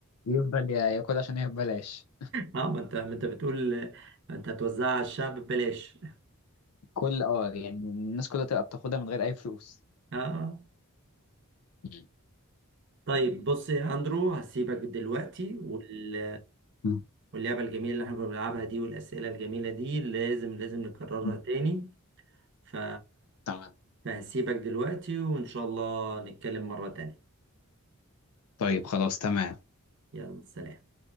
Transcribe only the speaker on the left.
يفضل يا- ياكل عشان هي ببلاش
كل اه يعني الناس كلها تبقى بتاخدها من غير اي فلوس
مم.
أمم،
أمم.
تمام
طيب خلاص تمام